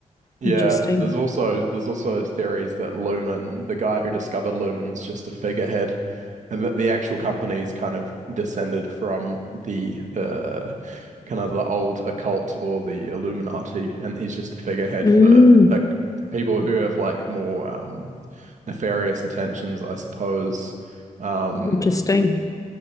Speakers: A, on the right; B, on the left.
A: yeah,
B: Interesting.
A: there's also there's also theories that Lumen, the guy who discovered Lumen's just a figurehead, and that the actual company's kind of descended from the uh kind of the old occult or the Illuminati, and he's just a figurehead
B: Mm,
A: for uh, people who have like more um nefarious intentions, I suppose. Um
B: interesting.